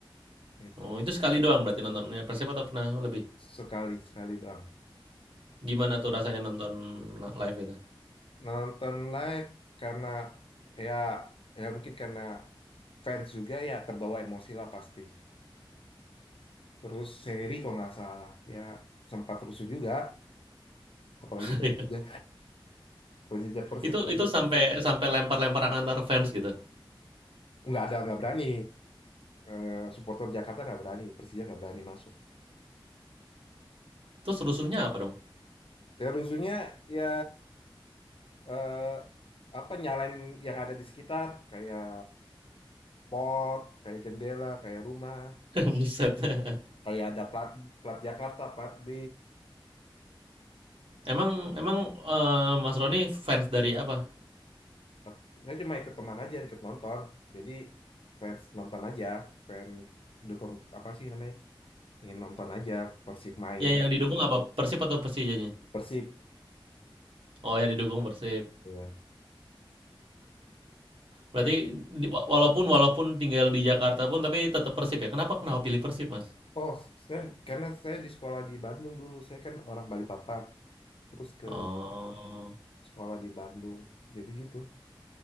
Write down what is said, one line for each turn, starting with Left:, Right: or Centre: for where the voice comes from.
Left: itu
Right: Oh, itu sekali doang berarti nontonnya Persib atau pernah lebih?
Left: sekali sekali doang.
Right: Gimana tuh rasanya nonton live itu?
Left: Nonton live karena ya ya mungkin karena fans juga ya terbawa emosi lah pasti. Terus seri kalau nggak salah ya sempat rusuh juga, apalagi
Right: <laughs>
Left: Persija Persija Persib
Right: itu
Left: kan.
Right: itu sampai sampai lempar-lemparan antar fans gitu.
Left: Nggak ada nggak berani eh, supporter Jakarta nggak berani, Persija nggak berani masuk.
Right: Terus rusuhnya apa dong?
Left: Ya rusuhnya ya eh, apa nyalain yang ada di sekitar kayak pot, kayak jendela, kayak rumah,
Right: <laughs> Buset. <laughs>
Left: kayak ada plat plat Jakarta, plat B.
Right: emang emang eh, Mas Roni fans dari apa?
Left: Eh, Saya cuma ikut teman aja, ikut nonton. Jadi fans nonton aja, fans dukung apa sih namanya? Ingin nonton aja Persib main.
Right: Yang yang didukung apa? Persib atau Persijanya?
Left: Persib.
Right: Oh ya didukung Persib.
Left: Iya.
Right: Berarti
Left: Kan
Right: di- walaupun walaupun tinggal di Jakarta pun tapi tetap Persib ya. Kenapa kenapa pilih Persib, Mas?
Left: oh, saya karena saya di sekolah di Bandung dulu, saya kan orang Balikpapan, terus ke
Right: Oh.
Left: sekolah di Bandung. Jadi gitu.